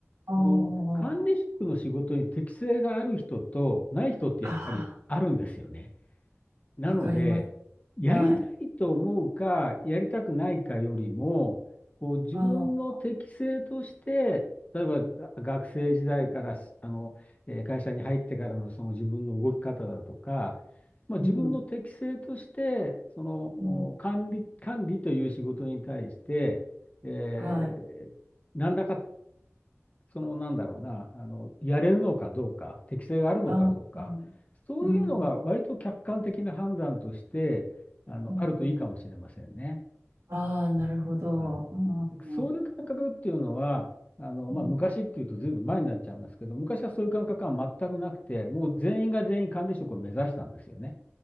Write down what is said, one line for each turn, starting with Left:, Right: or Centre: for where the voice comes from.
Right: あー
Left: その管理職の仕事に適性がある人とない人ってやっぱりあるんですよね。
Right: ああ
Left: なので、
Right: わかります。
Left: やりたいと思うか、
Right: はい。
Left: やりたくないかよりも、こう自分の適性として、
Right: ああ、
Left: 例えばが学生時代からしあの、えー会社に入ってからのその自分の動き方だとか、まあ、
Right: うん。
Left: 自分の適性として、そのお管理、
Right: うん。
Left: 管理という仕事に対して、え
Right: はい。
Left: ー何らかその、なんだろうな、あの、やれるのかどうか、適性があるのかどうか、
Right: ああ、うん。
Left: そういうのが割と客観的な判断として、
Right: うん。
Left: あの、
Right: うん。
Left: あるといいかもしれませんね。
Right: うんああ、なるほど。
Left: は
Right: うん。う
Left: い。そういう感覚っていうのは、あの、まあ、
Right: ん。
Left: 昔っていうとずいぶん前になっちゃいますけど、昔はそういう感覚は全くなくて、もう全員が全員管理職を目指したんですよね。